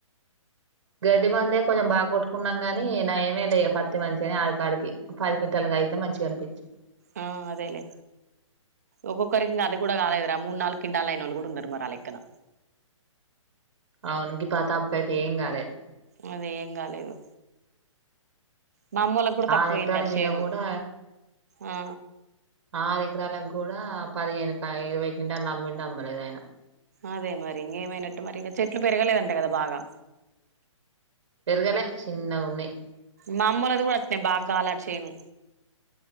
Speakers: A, on the right; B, on the right.
A: గడ్డి మందే కొంచెం బాగా కొట్టుకున్నాం కాని నాయ మే లే పత్తి మంచి గాని ఆడికిడికి పది కింటల్ అయితే మంచిగా అనిపించు
B: ఆ అదేలేే ఒక్కొక్కరికి అది కూడా కాలేదురా మూడు నాలుగు కింటాలఅయిన ఓళ్ళు కూడా ఉన్నారు మరి లెక్కన
A: అవును గ పాతాపకైతే ఏం కాలేదు
B: అదే ఏం కాలేదు మా అమ్మోలకి గూడా తక్కువయిందట
A: ఆరు ఎకరాల
B: శేను
A: మీద కూడా
B: ఆ
A: ఆరు ఎకరాల గూడా పదిహేను పై ఇరవై కింటాలు అమ్మిండొ అమ్మలేదో ఆయన.
B: అదే మరి ఇంకేమైనట్టు మరి ఇంగ, చెట్లు పెరగలేదంట కదా బాగా.
A: ఉగనే చిన్నగ ఉన్నయ్
B: మా అమ్మోలది గూడా అట్నే, బాగ్ గాలేట శేను.